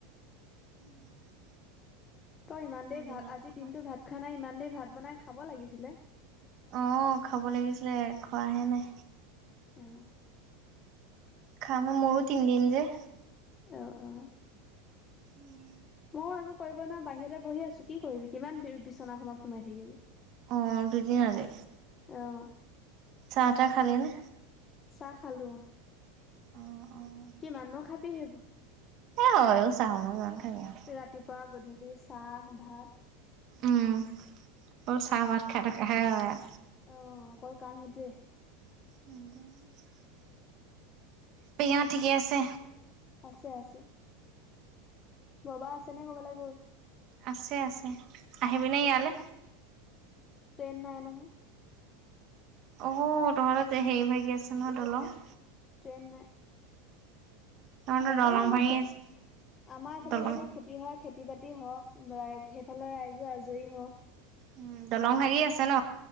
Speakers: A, on the right; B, on the left.
A: <unintelligible>
B: তই ইমান
A: মই
B: দেৰি
A: দিনত
B: ভাত আজিৰ
A: খোৱা
B: দিনতো ভাত খোৱা নাই ইমান দেৰি ভাত বনাই খাব লাগিছিলে।
A: অ খাব লাগিছিলে খোৱাহে নাই।
B: অ।
A: খাম অ মোৰো তিনিদিন যে।
B: অঁ অঁ।
A: উম।
B: মইয়ো একো কৰিব নোৱাৰো বাহিৰতে বহি আছো কি কৰিবি কিমান বিৰ বিচনাখনত সোমাই থাকিবি!
A: অ দুদিন আজি,
B: অ',
A: চাহ-তাহ খালে নে?
B: চাহ খালো অ।
A: অ' অ'।
B: কি মান নো খাবি সেইবোৰ।
A: এ হয়ও চাহো নো কিমান খাবি আও।
B: ৰাতিপুৱা গধূলি চাহ ভাত।
A: উম, অকল চাহ ভাত খাই থকাহে হয় আও।
B: অ', অকল কাম সেইটোৱে।
A: উম। পি হঁত ঠিকেই আছে?
B: আছে আছে। বাবা আছেনে কৰবালে গ'ল?
A: আছে আছে। আহিবিনে ইয়ালে?
B: ট্ৰেইন নাই নহয়।
A: অ তহঁত ট্ৰে হেৰি ভাগি আছে নহয় দলং!
B: ট্ৰেইন নাই।
A: তহঁতৰ
B: যাব
A: দলং
B: লাগিব
A: ভাঙি
B: খেতিত,
A: আছে
B: আমাৰ ফালে
A: দলং
B: যদি খে তি হয় খেতি-বাতি হওক, ৰাই সেইফালে ৰাইজো আজৰি হওক।
A: উম, দলং ভাগি আছে ন?